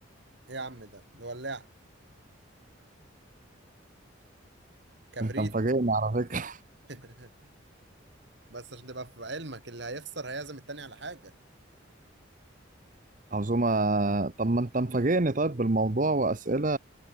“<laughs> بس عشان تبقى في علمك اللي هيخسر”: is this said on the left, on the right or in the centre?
Right